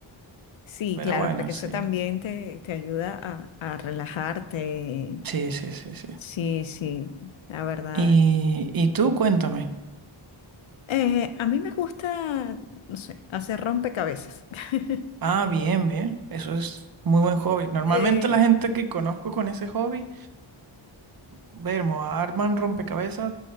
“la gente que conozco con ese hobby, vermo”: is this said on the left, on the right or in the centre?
Right